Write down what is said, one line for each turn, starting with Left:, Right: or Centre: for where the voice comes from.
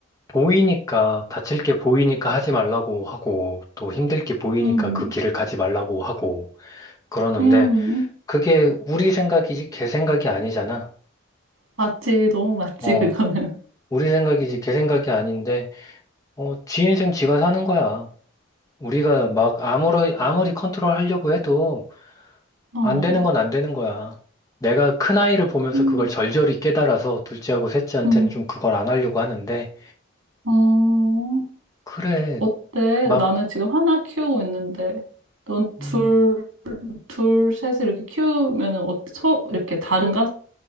Left: 보이니까, 다칠 게 보이니까 하지 말라고 하고, 또 힘들 게 보이니까
Right: 음,
Left: 그 길을 가지 말라고 하고, 그러는데,
Right: 음,
Left: 그게 우리 생각이지, 걔 생각이 아니잖아.
Right: 맞지, 너무 맞지,
Left: 어,
Right: 그거는.
Left: 우리 생각이지, 걔 생각이 아닌데, 어, 지 인생 지가 사는 거야. 우리가 막 아무리, 아무리 컨트롤 하려고 해도,
Right: <laughs> 어,
Left: 안 되는 건 안 되는 거야. 내가 큰아이를 보면서
Right: 음,
Left: 그걸 절절히 깨달아서 둘째하고 셋째한테는
Right: 음,
Left: 좀 그걸 안 하려고 하는데,
Right: 어,
Left: 그래,
Right: 어때?
Left: 막,
Right: 나는 지금 하나 키우고 있는데, 넌 둘,
Left: 음,
Right: 둘, 셋을 이렇게 키우면은, 어, 서, 이렇게 다른가?